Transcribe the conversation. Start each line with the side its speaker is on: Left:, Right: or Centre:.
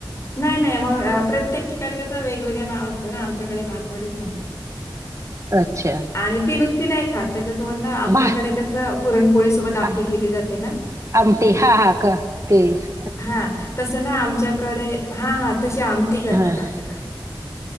Left: नाही नाही मग प्रत्येक ठिकाणी कसं वेगवेगळं नाव असतं ना आमच्याकडे मासवडीच म्हणतात
Right: अच्छा
Left: आणि ती नुसती नाही खात त्याच्यासोबत ना आपल्याकडे
Right: भा
Left: त्याच पुरणपोळी सोबत आमठी
Right: आ
Left: केली जाते ना
Right: आमटी हा हा का तेच
Left: हा तस ना आमच्याकडे हा हा तसे आम करतात
Right: हां
Left: आमच्याकडे